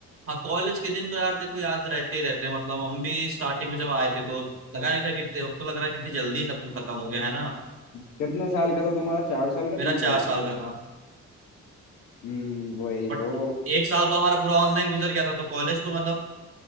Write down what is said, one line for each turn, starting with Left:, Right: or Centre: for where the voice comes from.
Right: हाँ कॉलेज के दिन तो यार देखो याद रहते ही रहते हैं मतलब हम भी स्टार्टिंग में जब आए थे तो लगा नहीं था कितने अब तो लग रहा है कितनी जल्दी सब कुछ खत्म हो गया है ना
Left: कितने साल का था तुम्हारा चार साल का
Right: मेरा
Left: तीन
Right: चार
Left: साल
Right: साल
Left: का
Right: का था
Left: हम्म वही
Right: बट
Left: तो
Right: एक साल तो हमारा पूरा ऑनलाइन गुजर गया था तो कॉलेज तो मतलब